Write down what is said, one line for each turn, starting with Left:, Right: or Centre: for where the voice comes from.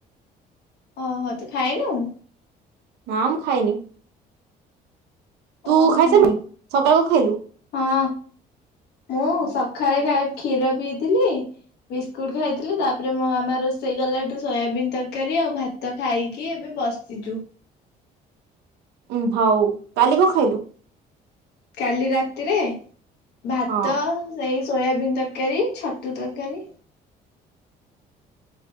Left: ଓହୋ, ତୁ ଖାଇନୁ?
Right: ନା ମୁଁ ଖାଇନି? ତୁ
Left: ଓହୋ
Right: ଖାଇ ସାରୁଲଣି? ସକାଳ କଣ ଖାଇଲୁ?
Left: ହଁ ମୁଁ ସକାଳେ ଖାଇ କ୍ଷୀର ପିଇଥିଲି। ବିସ୍କୁଟ ଖାଇଥିଲି। ତାପରେ ମୋ ମାମା ରୋଷେଇ ଗଲାଠୁ ସୋୟାବିନ୍ ତରକାରୀ ଆଉ ଭାତ ତ ଖାଇକି ଏବେ ବସିଛୁ।
Right: ଉଁ ହଉ। କାଲି କଣ ଖାଇଲୁ?
Left: କାଲି ରାତିରେ? ଭାତ,
Right: ହଁ
Left: ସେଇ ସୋୟାବିନ୍ ତରକାରୀ, ଛତୁ ତରକାରୀ,